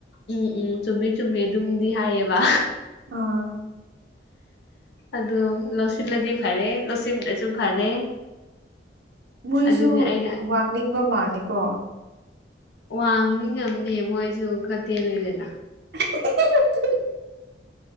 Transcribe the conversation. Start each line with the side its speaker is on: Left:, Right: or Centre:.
Left: ꯎꯝ ꯎꯝ ꯆꯨꯝꯃꯦ ꯆꯨꯝꯃꯦ ꯑꯗꯨꯝꯗꯤ ꯍꯥꯏꯌꯦꯕ
Right: ꯑꯥ
Left: ꯑꯗꯨ ꯂꯧꯁꯤꯜꯂꯗꯤ ꯐꯔꯦ ꯂꯧꯁꯤꯟ ꯗ꯭ꯔꯁꯨ ꯐꯔꯦ
Right: ꯃꯣꯏꯁꯨ
Left: ꯑꯗꯨꯅꯤ ꯑꯩꯅ
Right: ꯋꯥꯡꯅꯤꯡꯕ ꯃꯥꯜꯂꯦꯀꯣ
Left: ꯋꯥꯡꯅꯤꯡꯉꯝꯅꯦ ꯃꯣꯏꯁꯨ ꯈꯠꯇꯦꯜꯂꯤ ꯂꯦꯅ
Right: <unintelligible>